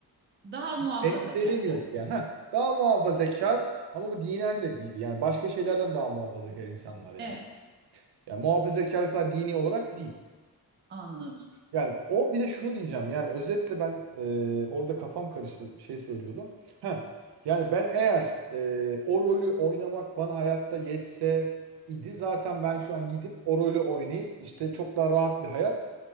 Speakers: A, on the right; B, on the right.
A: Daha muhafazakarlar.
B: benzerim yok yani. Heh, daha muhafazakar ama bu dinen de değil. Yani başka şeylerden daha muhafazakar insanlar yani.
A: Evet
B: Yani muhafazakar sadece dini olarak değil.
A: anladım.
B: Yani o bir de şunu diyeceğim yani özetle ben e, orada kafam karıştı bir şey söylüyordum. Ha yani ben eğer e, o rolü oynamak bana hayatta yetse idi zaten ben şu an gidip o rolü oynayıp işte çok daha rahat bir hayat